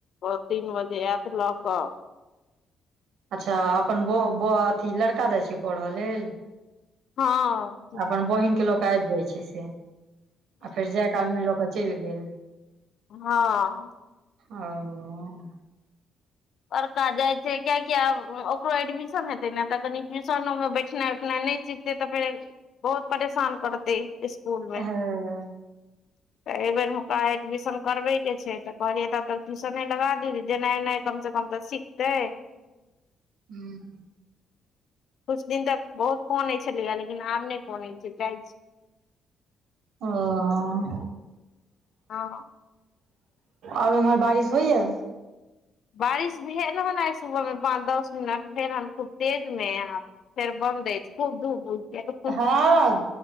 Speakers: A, on the left; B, on the right.
A: ओ तीन बजे आयत लऽ कऽ
B: अच्छा अपन ब अथि लड़का जाइ छै पढ़ऽ लेल
A: हँ
B: अपन बहिनक के लऽ कऽ आबि जाइ छै से। आ फेर जाय काल मे लऽ कऽ चलि गेल।
A: हँ
B: ओ।
A: बड़का जाइ छै कियैकि आब ओकरो एडमिशन हेतै ने तऽ कनि ट्यूशनोमे बैठनाइ उठनाइ नहि सिखतै तऽ फेर बहुत परेशान करतै इस्कुल मे
B: हँ, <inaudible>
A: तऽ एहि बेेर हुनका एडमिशन करबे के छै तऽ कहलियै तब तक ट्यूशने लगा दीयौ जे जेनाइ एनाइ कम स कम तऽ सीखतै।
B: हूं
A: कुछ दिन तक बहुत कऽनै छलैए लेकिन आब नहि कऽनैइ छै जाइ छै।
B: ओऽ
A: हँ
B: आओर उम्हर बारिश होइयै?
A: बारिश भेल हन आइ सुबहमे पाँच दस मिनट भेल हन खूब तेजमे यहाँ फेर बन्द ऐछ खूब धूप उगि गेल।
B: हँ